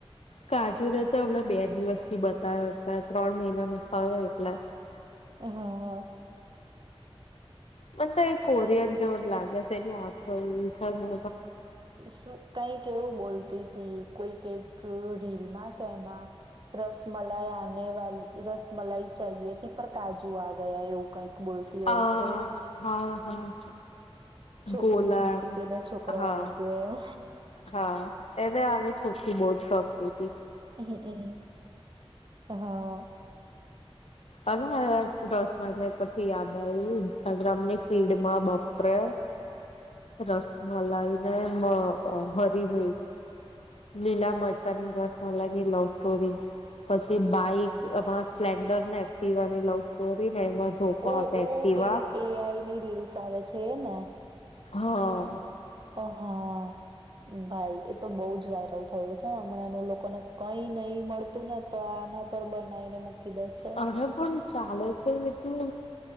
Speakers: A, on the left; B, on the right.
A: કાજુને તો હમણા બે દિવસથી બતાયો છે. આ ત્રણ મહિના ન થયો એટલે.
B: હા હા.
A: મને તો એ કોરિયન જેવો જ લાગે છે. એની આખો ઈ છે ને.
B: શું કઈક એવું બોલતી હતી કોઈ કઈક રીલમાં કે એમાં રસમલાઈ આને વા રસમલાઈ ચાએથી હતી પર કાજુ આ ગયા એવું કઈક. બોલતી
A: હ
B: હોય છે
A: હા હા.
B: છોકરી
A: ગોલા
B: જોઈતી તી ને છોકરો
A: હા
B: આઈ ગયો એમ.
A: હા એને આમે છોકરી બહુજ ગમતી તી.
B: હમ્મ હમ્મ હા.
A: અને રસમલાઈ પરથી યાદ આવ્યું ઇન્સ્ટાગ્રામની ફીડમાં બાપરે રસમલાઈને હરી મિર્ચ લીલા મરચાની રસમલાઈની લવ સ્ટોરી પછી બાઈક એમાં સ્પ્લેન્ડરને એક્ટિવાની લવ સ્ટોરી
B: ઓ
A: આપે
B: ઓ
A: એક્ટિવા
B: પેલું એઆઈની રીલ્સ આવે છે. તે ને.
A: હા.
B: અ હા ભાઈ એ તો બહુ જ વાયરલ થયું છે હમણાં લોકોને કઈ નહી મળતું ને તો આ આના પર બનાવીને મૂકી દે છે.
A: અરે પણ ચાલે છે એટલું